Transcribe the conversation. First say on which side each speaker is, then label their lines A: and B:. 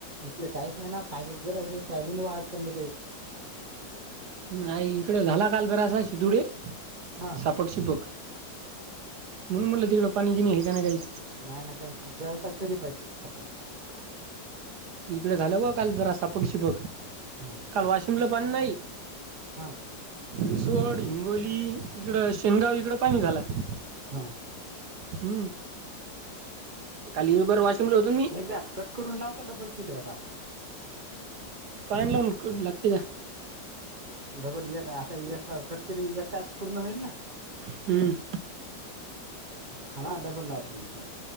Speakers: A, on the right (about 45°); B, on the right (about 70°).
A: इक काहीच नाही ना फाद्याच बे लाग सोयाबीन वाढत चालली काही
B: नाही इकड झाला काल जरा असा शि तुडे
A: हा
B: सापट शिपक म्हणून म्हटलं तिकडं पाणी गिणी घय का ना काही.
A: नाही नका जरसा तरी पाहिजेपक चिपक.
B: इकडे झालं बा काल जरा अस पक शिपक
A: हा
B: काल वाशिमला पण नाही.
A: हा
B: रिसोर्ट हिंगोली इकड शेनगाव इकड पाणी झालं.
A: हा हा.
B: हम्म. कालिबर वाशिमला होतो मी
A: एकदा कट करून लाव का डबल चुले आता.
B: पाईन लावून लागते का.
A: डबल आता एक कटकिरी एक तास पूर्ण होईल ना.
B: हम्म.
A: मग ठा डबल लाव होतो मीथला.